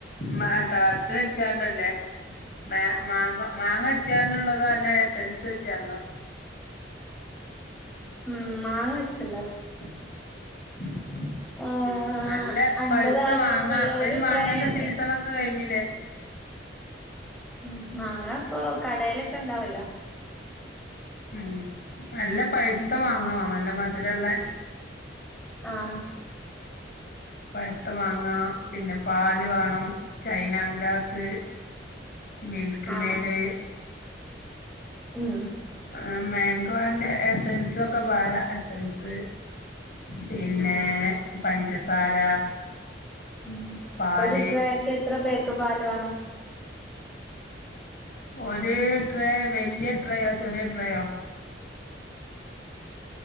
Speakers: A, on the left; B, in the centre.
A: മാ താ ത- അച്ചാണ്ടല്ലേ മാ മാങ്ങ മാങ്ങ വച്ചാണ്ടുള്ളതോ അല്ല എസൻസ് വച്ചാണ്ടോ
B: ഉം മാങ്ങ വെച്ചിള്ളത്
A: <inaudible> ഉം
B: ആഹ്
A: നല്ല
B: അൻപത്
A: പഴുത്ത
B: ആൾക്കൊക്കെ
A: മാങ്ങ
B: ഉള്ള
A: അപ്പ
B: ഒരു
A: ഇന് മാങ്ങേന്റെ
B: ട്രേന്റെ
A: സീസണൊ- <unintelligible> കഴിഞ്ഞില്ലേ
B: ഉം മാങ്ങ ഇപ്പൊ കടലൊക്കെ ഉണ്ടാവല്ലോ
A: ഉ നല്ല പഴുത്ത
B: ഉം
A: മാങ്ങ വ <unintelligible> നല്ല മധുരൊള്ളേ
B: ആ
A: പഴ്‌ത്ത മാങ്ങ പിന്നെ പാല് വേണം ചൈന ഗ്രാസ് മിൽക്ക്
B: ആഹ്
A: മെയഡ്
B: ഉം
A: ആ മാങ്കോന്റെ എസെൻസ് ഒക്കെ പാര എസൻസ് പിന്നെ
B: ഉം
A: പഞ്ചസാര
B: ഉ
A: പാല്
B: ഒരു ട്രേക്ക് എത്ര പേക്ക് പാല് വേണം
A: ഒരു ട്രേ വലിയ ട്രേയോ ചെറിയ ട്രേയോ